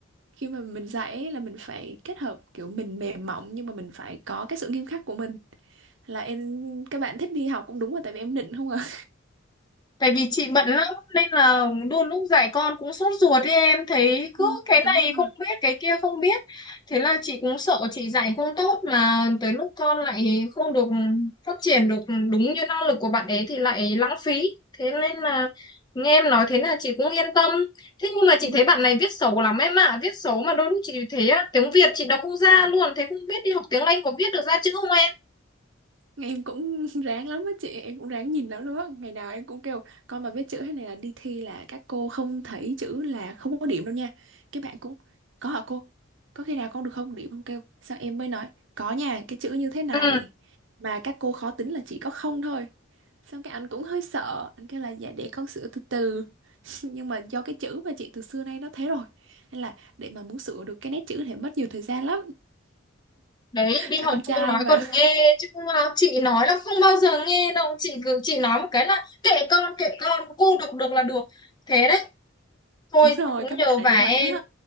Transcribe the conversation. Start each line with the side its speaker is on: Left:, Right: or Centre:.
Right: khi mà mình dạy ấy là mình phải kết hợp kiểu mình mềm mỏng nhưng mà mình phải có cái sự nghiêm khắc của mình là em các bạn thích đi học cũng đúng rồi tại vì em nịnh không à <laughs>
Left: Tại vì chị bận lắm nên là đôi lúc dạy con cũng sốt ruột ấy em thấy cứ
Right: Ừ,
Left: cái này
Right: đúng rồi.
Left: không biết cái kia không biết. Thế là chị cũng sợ chị dạy không tốt mà tới lúc con lại không được phát triển được đúng như năng lực của bạn ấy thì lại lãng phí. Thế nên là nghe em nói thế là chị cũng yên tâm. Thế nhưng mà chị
Right: Ừ,
Left: thấy bạn này viết xấu lắm em ạ, Viết xấu mà đôi lúc chị thấy á, tiếng Việt chị đọc không ra luôn, thế không biết đi học tiếng Anh có viết được ra chữ không em?
Right: em cũng <laughs> ráng lắm á chị em cũng ráng nhìn lắm luôn á ngày nào em cũng kêu con mà biết chữ thế này là đi thi là các cô không thấy chữ là không có điểm đâu nha các bạn cũng có hả cô có khi nào con được không điểm không kêu sao em mới nói có nha cái chữ như thế này
Left: Ừ.
Right: mà các cô khó tính là chỉ có không thôi xong cái anh cũng hơi sợ anh kêu là dạ để con sửa từ từ <laughs> nhưng mà do cái chữ mà chị từ xưa nay nó thế rồi nên là để mà muốn sửa được cái nét chữ thì mất nhiều thời gian lắm
Left: đấy đi
Right: là
Left: học
Right: con trai
Left: cô nói
Right: mà
Left: còn nghe chứ không mà chị nói là không bao giờ nghe đâu chị cứ chị nói một cái là kệ con kệ con cô được được là được thế đấy
Right: <laughs>
Left: thôi
Right: đúng rồi
Left: cũng
Right: các
Left: nhờ
Right: bạn là
Left: vả
Right: như vậy
Left: em
Right: đó